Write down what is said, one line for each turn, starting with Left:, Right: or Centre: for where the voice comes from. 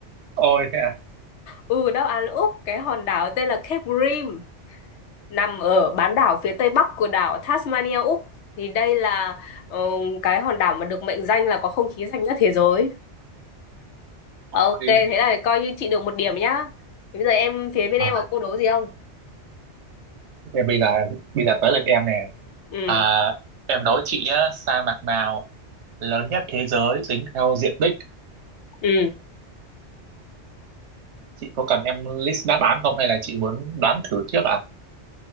Right: ôi thế à
Left: Ừ, đáp án Úc, cái hòn đảo tên là Cape Grim nằm ở bán đảo phía tây bắc của đảo Tasmania Úc. Thì đây là ờ, cái hòn đảo mà được mệnh danh là có không khí sạch nhất thế giới. Ok,
Right: ôi.
Left: thế là coi như chị được một điểm nhá. Thế bây giờ em phía bên
Right: Ờ,
Left: em có câu đố gì không?
Right: thế bây giờ bây giờ tới lượt em nè
Left: Ừ,
Right: à, em đố chị nhá sa mạc nào lớn nhất thế giới tính theo diện tích
Left: ừ.
Right: chị có cần em list đáp án không hay là chị muốn đoán thử trước ạ à?